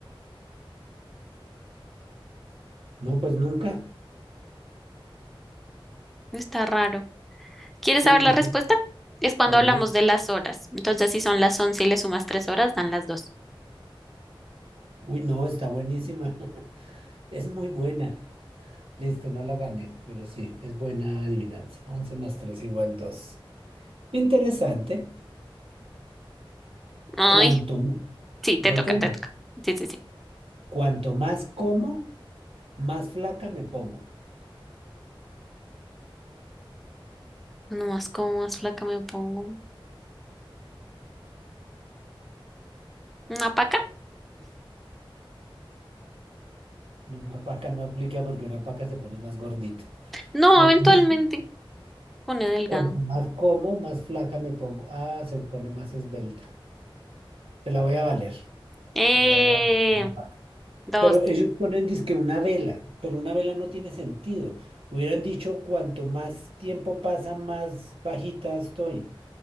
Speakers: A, on the right; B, in the centre.
A: No, pues nunca.
B: Está raro. ¿Quieres
A: ¿Qué
B: saber
A: dice?
B: la respuesta? Es cuando
A: Obvio.
B: hablamos de las horas. Entonces, si son las 11 y le sumas 3 horas, dan las 2.
A: Uy, no, está buenísima. <laughs> Es muy buena. Listo, no la gané, pero sí, es buena adivinanza. 11 más 3 igual 2. Interesante.
B: Ay,
A: Cuanto, m-
B: sí, te
A: voy
B: toca,
A: con
B: te
A: la-
B: toca. Sí, sí, sí.
A: Cuanto más como, más flaca me pongo.
B: Nomás como más flaca me pongo. ¿Una paca?
A: No, una paca no aplica porque una paca se pone más gordita.
B: No,
A: No,
B: eventualmente
A: dice,
B: pone delgado.
A: cuanto más como, más flaca me pongo. Ah, se pone más esbelta. Te la voy a valer.
B: Eh,
A: Te la voy a valer, una paca.
B: dos.
A: Pero ellos ponen, dizque una vela, pero una vela no tiene sentido. Hubieran dicho, cuanto más tiempo pasa, más bajita estoy.